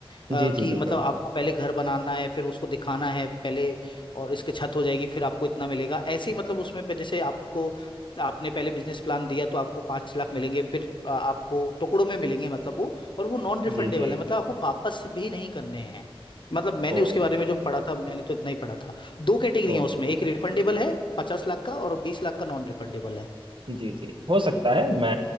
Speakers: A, on the left (about 55°); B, on the right (about 60°).
A: अ,
B: जी जी
A: कि
B: बिल्कुल
A: मतलब आपको पहले घर बनाना है फिर उसको दिखाना है पहले और इसके छत हो जाएगी फिर आपको इतना मिलेगा ऐसे ही मतलब उसमें पे जैसे आपको आपने पहले बिजनेस प्लान दिया तो आपको पाँच लाख मिलेंगे फिर अ, आपको टुकड़ों में मिलेंगे मतलब वो और वो नॉन रिफंडेबल
B: जी जी
A: है मतलब आपको वापस भी नहीं करने हैं मतलब मैंने
B: ओ
A: उसके बारे में जो पढ़ा था मैंने तो इतना ही पढ़ा था दो कैटेगरी
B: तो
A: हैं उसमें एक रिफंडेबल है पचास लाख का और बीस लाख का नॉन रिफंडेबल है
B: जी जी हो सकता है मैं